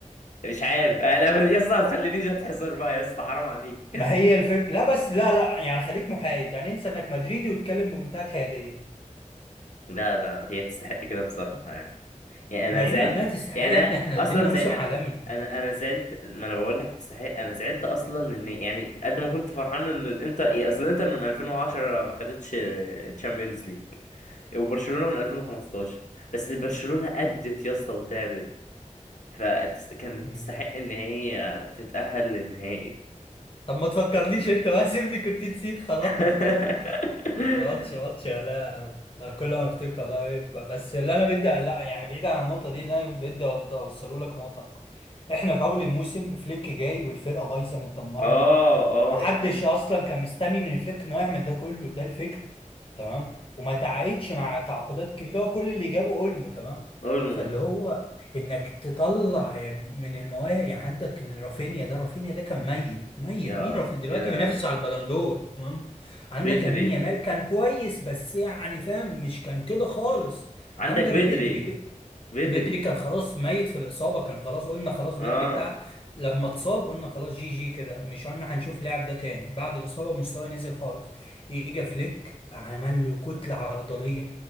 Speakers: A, on the left (about 70°); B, on the left (about 45°).
A: مش عارف انا ب- يا اسطى ما تخلينيش اتحصر بقى يا اسطى حرام عليك
B: ما هي الفكرة لا بس لا لا يعني خليك محايد يعني انسى إنك مدريدي وتتكلم بمنتهى الحيادية
A: لا لا هي تستحق كده بصراحة يعني يعني انا
B: بعيدا
A: زعلت
B: عن إنها تستحق
A: يعني
B: يا
A: أنا
B: ابني إحنا قدمنا
A: اصلا زي
B: موسم عالمي
A: انا انا زعلت ما انا بقول لك تستحق انا زعلت اصلا ان يعني قد ما كنت فرحان ان الانتر يا اصل الانتر من 2010 ما خدتش تشامبيونز ليج وبرشلونة من 2015 بس برشلونة أدت يا اسطى وتعبت فكانت
B: مم.
A: تستحق ان هي تتأهل للنهائي
B: طب ما تفكرليش انت بقى سيبني كنت نسيت خلاص
A: <laughs>
B: <laughs> ماتش ماتش يا ولا انا كل ما افتكر والله إيه، ب- بس اللي انا بدي لا يعني بعيد عن النقطه دي اللي انا بدي أوض- اوصله لك نقطه احنا في اول الموسم فليك جاي والفرقه بايظه متدمره
A: اه اه
B: ومحدش
A: فليك
B: اصلا كان مستني من فليك انه يعمل ده كله ده الفكره تمام وما تعاقدش مع تعاقدات كبيره هو كل اللي جابه اولمو تمام
A: اولمو
B: فاللي هو انك تطلع من المواهب يعني عندك رافينيا ده رافينيا ده كان ميت ميت
A: يا
B: مين رافينيا دلوقتي
A: يا
B: بينافس على البلندور تمام عندك
A: بدري
B: لامين يامال كان كويس بس يعني فاهم مش كان كده خالص
A: عندك
B: عندك
A: بدري
B: بدري
A: بدري
B: بدري كان خلاص ميت في الإصابة كان خلاص قلنا خلاص بدري
A: اه
B: بتاع لما اتصاب قلنا خلاص جي جي كده مش قلنا هنشوف اللاعب ده تاني بعد الإصابة مستواه نزل خالص يجي فليك عمل له كتلة عضلية